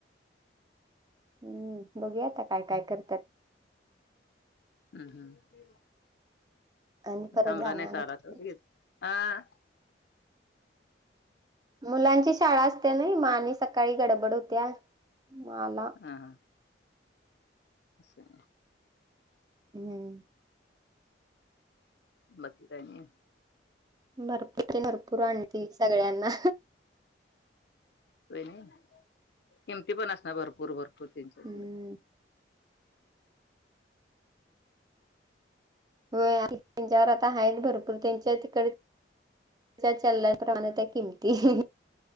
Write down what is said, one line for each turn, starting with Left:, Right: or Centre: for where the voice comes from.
Right: हम्म, बघूया आता काय काय करत्यात
Left: हम्म हम्म,
Right: आणि परत
Left: थांबला
Right: जाणार
Left: नाहीसा
Right: आहे
Left: आलासा
Right: तिकडच
Left: व्हय लगेच आ,
Right: मुलांची शाळा असत्या नयी म आणि सकाळी गडबड होत्या, मग आला
Left: हा हा अस हाय
Right: हम्म
Left: बाकी काय आणि?
Right: भरपूर ते भरपूर आणती सगळ्यांना
Left: व्हय नयी, किमती पण असणार भरपूर भरपूर त्यांच्याकड
Right: हम्म व्हय त्यांच्यावर आता आहेत भरपूर त्यांच्या तिकड च्या चलनाप्रमाणे त्या किमती.